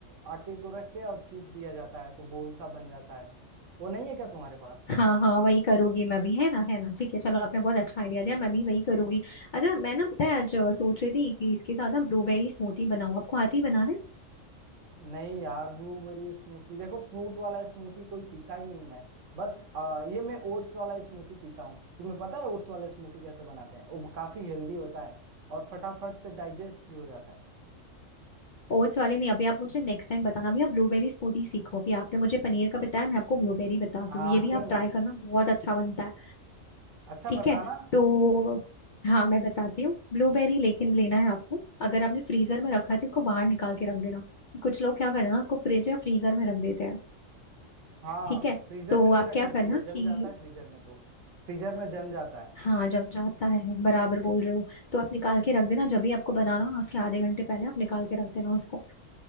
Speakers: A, on the right; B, on the left.
A: आटे को रख के और चीप दिया जाता है तो गोल सा बन जाता है वो नहीं है क्या तुम्हारे पास
B: हाँ हाँ वही करूंगी मैं भी है ना है ना ठीक है चलो आपने बहुत अच्छा आइडिया दिया मैं भी वही करूंगी अच्छा मैं ना पता है आज अ, सोच रही थी कि इसके साथ ना ब्लूबेरी स्मूदी बनाऊं आपको आती है बनाना
A: नहीं यार ब्लूबेरी स्मूथी देखो फ्रूट वाला स्मूथी कोई पीता ही नहीं हूं मैं बस आ, ये मैं ओट्स वाला स्मूथी पीता हूँ तुम्हें पता है ओट्स वाला स्मूथी कैसे बनाते हैं वो काफी हेल्दी होता है और फटाफट से डाइजेस्ट भी हो जाता है
B: ओट्स वाले नहीं अभी आप मुझे नेक्स्ट टाइम बताना अभी आप ब्लूबेरी स्मूदी सीखो अभी आपने मुझे पनीर का बताया मैं आपको ब्लूबेरी बताती
A: हाँ
B: हूँ ये भी
A: क्यों
B: आप
A: नहीं
B: ट्राई करना बहुत अच्छा बनता है
A: अच्छा
B: ठीक
A: बताना
B: है तो हाँ मैं बताती हूँ ब्लूबेरी लेकिन लेना है आपको अगर आपने फ्रीजर में रखा है तो इसको बाहर निकाल के रख देना कुछ लोग क्या करते हैं ना उसको फ्रिज या फ्रीजर में रख देते हैं
A: हाँ
B: ठीक है
A: फ्रीजर
B: तो
A: में नहीं
B: आप
A: रखना
B: क्या
A: चाहिए
B: करना
A: जम
B: कि
A: जाता है फ्रीजर में तो फ्रीजर में जम जाता है
B: हाँ जम जाता है बराबर बोल रहे हो तो आप निकाल के रख देना जब भी आपको बनाना हो ना उसके आधे घंटे पहले आप निकाल के रख देना उसको